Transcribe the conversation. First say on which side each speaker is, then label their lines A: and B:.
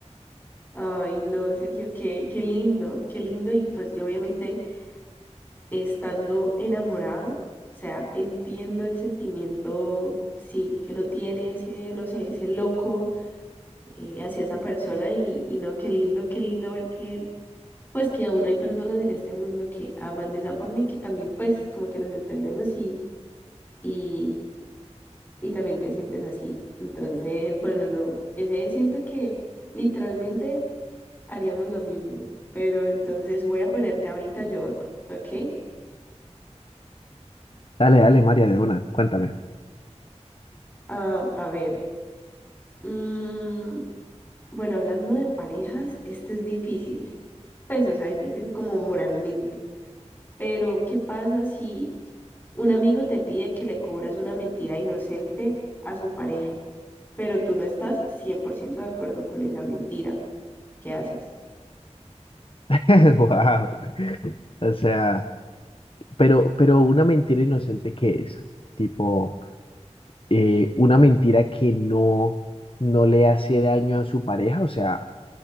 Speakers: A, on the left; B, on the left.
A: ay, no, Sergio, qué, qué lindo, qué lindo. Y pues yo obviamente estando enamorada, o sea, entiendo el sentimiento, sí, que uno tiene ese, no sé, ese loco eh, hacia esa persona y, y no, qué lindo, qué lindo ver que pues que aún hay personas en este mundo que aman de esa forma y que también pues como que nos entendemos y, y, y también te sientes así. Entonces, bueno, no, ese siento que literalmente haríamos lo mismo, pero entonces voy a ponerte ahorita yo otro, ¿ok?
B: Dale, dale, María, de una, cuéntame.
A: Ah, a ver, mm, bueno, hablando de parejas, este es difícil, pues o sea, difícil como moralmente. Pero, ¿qué pasa si un amigo te pide que le cubras una mentira inocente a su pareja, pero tú no estás 100% de acuerdo con esa mentira? ¿Qué haces?
B: <laughs> Wow. O sea, pero, pero una mentira inocente que es, tipo, eh, una mentira que no, no le hace daño a su pareja, o sea